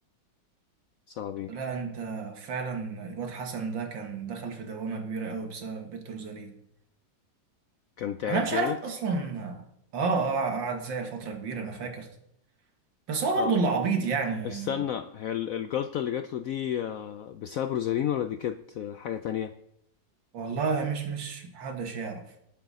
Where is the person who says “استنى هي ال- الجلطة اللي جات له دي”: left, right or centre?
Left